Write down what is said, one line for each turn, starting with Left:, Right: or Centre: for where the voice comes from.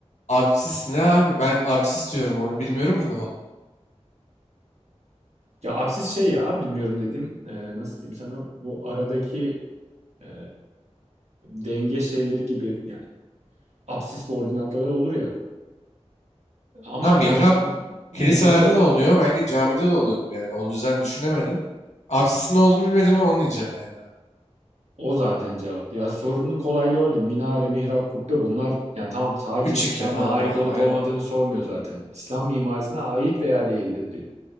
Left: apsis ne abi? Ben apsis diyorum onu bilmiyorum ki ne oldu.
Right: Ya apsis şey ya bilmiyorum dedim. Ee, nasıl diyeyim sana? Bu aradaki e, denge şeyleri gibi yani apsis ve ordinatları olur ya. Ama
Left: Ha mihrap
Right: ya bu, bu- bu-
Left: kiliselerde
Right: bunda
Left: ne oluyor? Belki camide de oluyordur yani. Onun yüzden düşünemedim. Apsisin ne olduğunu bilmediğimden onu diyeceğim yani abi.
Right: o zaten cevap. Ya sorunun kolaylığı orada. Minare, mihrap, kubbe bunlar yani tamam sadece
Left: Üç
Right: İslam'a
Left: iki tamamdır
Right: ait
Left: abi
Right: olup
Left: aynen.
Right: olmadığını sormuyor zaten. İslam mimarisine ait veya değildir diyor.